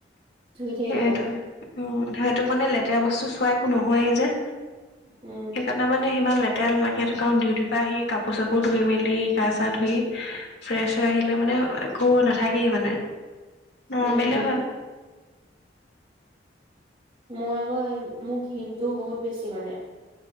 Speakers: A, on the right; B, on the left.
A: ধুই থাকিবা
B: সেইটোৱে। উম, সেইটো মানে লেতেৰা বস্তু চোৱা একো নহয়েই যে।
A: উম।
B: কাৰনে মানে সিমান লেতেৰা নালাগে কাৰণ ডিউটিৰ পৰা আহি কাপোৰ চাপোৰ ধুই মেলি গা চা ধুই ফ্ৰেছ হৈ আহিলে মানে, একো নাথাকেই মানে, নৰ্মেলে
A: উম
B: হয়।
A: মই আকৌ, মোক ঘিনটো বহুত বেছি মানে।